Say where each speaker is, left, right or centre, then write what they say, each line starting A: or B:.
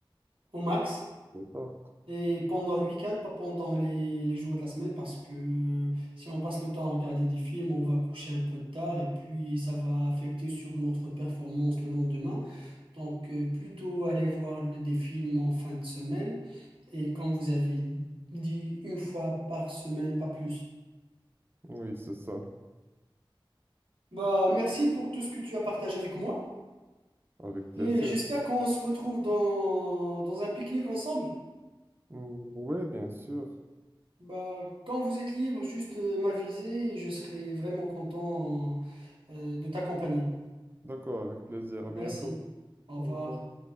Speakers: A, on the right; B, on the right.
A: au max.
B: C'est ça.
A: Et pendant le week-end, pas pendant les, les jours de la semaine, parce que si on passe le temps à regarder des films, on va coucher un peu tard et puis ça va affecter sur notre performance le lendemain. Donc euh, plutôt aller voir le- des films en fin de semaine et quand vous avez dit une fois par semaine, pas plus.
B: Oui, c'est ça,
A: Bah merci pour tout ce que tu as partagé avec moi
B: avec plaisir.
A: et j'espère qu'on se retrouve dans, dans un pique-nique ensemble.
B: Mm, Oui, bien sûr.
A: Bah quand vous êtes libre, juste euh, m'aviser et je serai vraiment content. euh, de t'accompagner.
B: D'accord, avec plaisir. À
A: Merci.
B: bientôt.
A: Au
B: Au
A: revoir.
B: revoir.